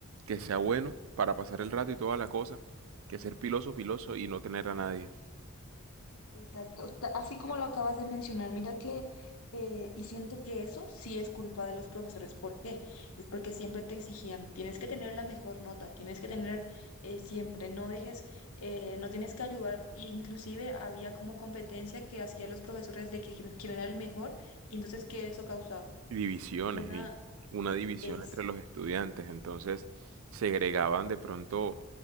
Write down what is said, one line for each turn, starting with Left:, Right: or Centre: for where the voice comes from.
Right: que sea bueno para pasar el rato y toda la cosa, que ser piloso, piloso y no tener a nadie.
Left: Exacto, ta- así como lo acabas de mencionar, mira que, eh, y siento que eso sí es culpa de los profesores, ¿por qué? Es porque siempre te exigían, tienes que tener la mejor nota, tienes que tener eh, siempre, no dejes, eh, no tienes que ayudar, e inclusive había como competencia que hacían los profesores de que quién quién era el mejor, y entonces, ¿qué eso causaba?
Right: Divisiones
Left: Una
Right: y una división
Left: es...
Right: entre los estudiantes. Entonces segregaban de pronto